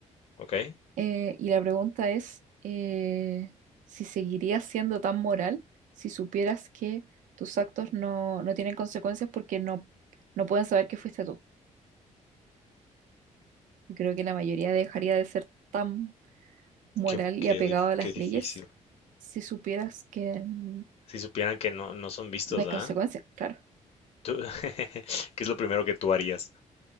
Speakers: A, on the left; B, on the right.
A: ok.
B: Eh, y la pregunta es eh, si seguirías siendo tan moral si supieras que tus actos no, no tienen consecuencias porque no, no pueden saber que fuiste tú. Y creo que la mayoría dejaría de ser tan moral
A: Qué,
B: y
A: qué
B: apegado
A: dif-
B: a las
A: qué difícil.
B: leyes si supieras que mm,
A: si supieran que no, no son vistos,
B: no hay consecuencias,
A: ¿ah?
B: claro.
A: Tú- <laughs> ¿Qué es lo primero que tú harías?